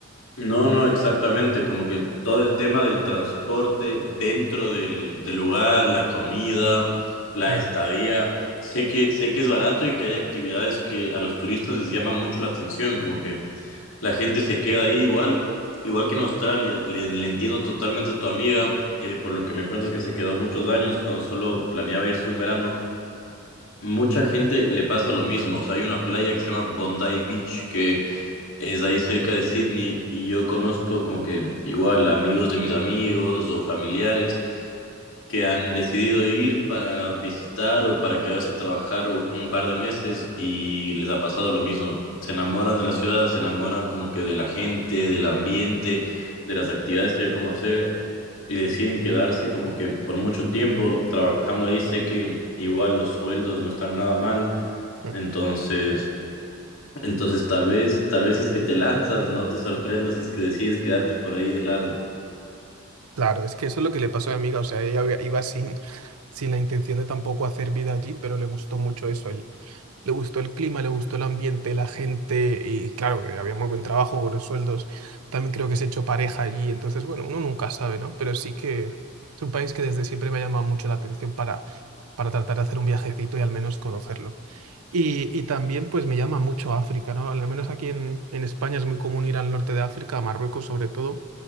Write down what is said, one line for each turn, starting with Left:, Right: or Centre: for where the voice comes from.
Left: No, no, exactamente, como que todo el tema del transporte dentro del, del lugar, la comida, la
Right: claro.
Left: estadía, sé que, sé que es barato y que hay actividades que a los turistas les llama mucho la atención, como que La gente se queda ahí igual, igual que en Australia. Le, le entiendo totalmente a tu amiga, eh, por lo que me cuentas que se quedó muchos años cuando solo planeaba irse un verano. Mucha gente le pasa lo mismo. O sea, hay una playa que se llama Bondi Beach, que es ahí cerca de Sydney y yo conozco como que igual amigos de mis amigos o familiares que han decidido ir para visitar o para quedarse a trabajar un par de meses y les ha pasado lo mismo. Se enamoran de la ciudad, se enamoran como que de la gente, del ambiente, de las actividades que hay como hacer y deciden quedarse como que por mucho tiempo trabajando ahí. Sé que igual los sueldos no están nada mal,
Right: Mm,
Left: entonces... Entonces, tal vez, tal vez si es que te lanzas, no te sorprendas si es que decides quedarte por ahí de largo.
Right: Claro, es que eso es lo que le pasó a mi amiga, o sea, ella había- iba sin, sin la intención de tampoco hacer vida allí, pero le gustó mucho eso, el- le gustó el clima, le gustó el ambiente, la gente, y claro, que había muy buen trabajo, buenos sueldos, también creo que se echó pareja allí, entonces, bueno, uno nunca sabe, ¿no? Pero sí que es un país que desde siempre me ha llamado mucho la atención para, para tratar de hacer un viajecito y al menos conocerlo. Y, y también pues me llama mucho África, ¿no? Al menos aquí en, en España es muy común ir al norte de África, a Marruecos sobre todo.